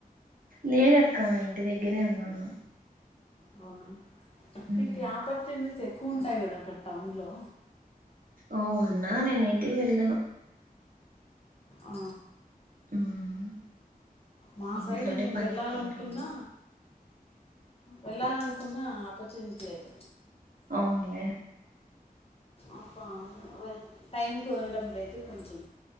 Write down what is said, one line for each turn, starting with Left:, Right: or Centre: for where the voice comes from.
Right: లేదక్క ఇంటి దగ్గరే ఉన్నాను
Left: అవునా
Right: మ్మ్
Left: మీకు ఆపర్చునిటీస్ ఎక్కువ ఉంటాయి కదా అక్కడ టౌన్లో
Right: ఓ ఉన్నా నేనైతే వెళ్ళను
Left: ఆ
Right: మ్మ్
Left: మా
Right: ఇంట్లోనే
Left: సైడు మేము
Right: పని
Left: వెళ్ళాలనుకున్నా
Right: ఎక్కువ ఉంటుంది
Left: వెళ్ళాలనుకున్నా ఆపర్చునిటి లేదు
Right: అవునులే
Left: అబ్బా ఆ టైం కుదరడం లేదు కొంచెం